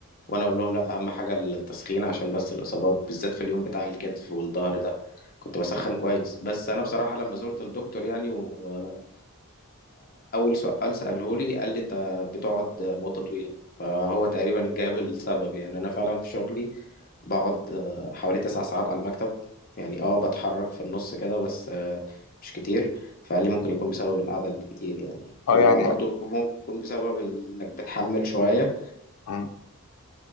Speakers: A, on the left (about 40°); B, on the left (about 75°).
A: وانا اقول لهم لا اهم حاجه التسخين عشان بس الاصابات بالذات في اليوم بتاع الكتف والظهر ده كنت بسخن كويس بس انا بصراحه لما زرت الدكتور يعني واول سؤال ساله لي قال لي انت بتقعد مده طويله فهو تقريبا جاب السبب يعني انا فعلا في شغلي بقعد آه، حوالي تسع ساعات على المكتب يعني اه بتحرك في النص كده بس آه، مش كتير فقال لي ممكن يكون بسبب القعدة الكتير يعني
B: اه
A: وبرضه
B: يعني
A: ممكن يكون بسبب ال- انك بتحمل شوية
B: مم.